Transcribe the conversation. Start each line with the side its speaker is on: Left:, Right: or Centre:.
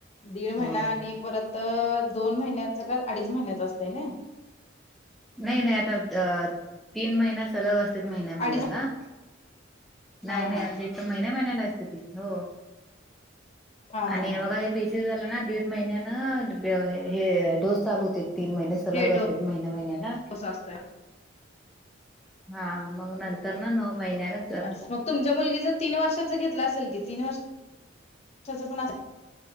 Left: दीड महिना
Centre: हो
Left: आणि परत दोन महिन्याच का अडीच महिन्याच असतंय ना,
Centre: नाही नाही आता तीन महिन्या सलग असतात महिन्या महिन्याला
Left: अडीच
Centre: नाही
Left: हा
Centre: नाही
Left: हा
Centre: आमच्या इथ महिन्या महिन्याला असते ती हो
Left: हा
Centre: आणि
Left: हा हा
Centre: बघ हे बीस झालं ना दीड महिन्यान हे डोस चालू होते. तीन महिने सलग
Left: हे
Centre: असते महिन्या महिन्याला
Left: डोसा असतोय
Centre: हा मग नंतर ना नऊ महिन्यान
Left: अस मग तुमच्या मुलगी जर तीन वर्षाच घेतला असेल की तीन वर्षा पण